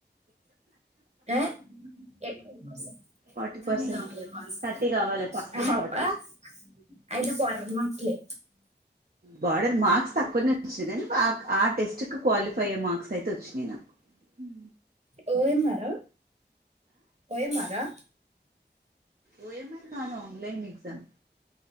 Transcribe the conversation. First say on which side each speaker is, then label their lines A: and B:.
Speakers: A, on the right; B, on the right.
A: ఆ ఎ <unintelligible>
B: ఫార్టీ పర్సెంట్ థర్టీ కావాలి ఫస్ట్కి ఫార్టీ
A: అయితే బోర్డర్ మార్క్స్ లే
B: బార్డర్ మార్క్స్ తక్కువనే వచ్చింది కానీ ఆ టెస్ట్ కు క్వాలిఫై అయ్యే మార్క్స్ అయితే వచ్చినాయి నాకు హూ
A: ఓ యం ఆర్ ఆ ఓ యం ఆర్ ఆ
B: ఓ యం ఆర్ కాదు ఆన్లైన్ ఎగ్సాం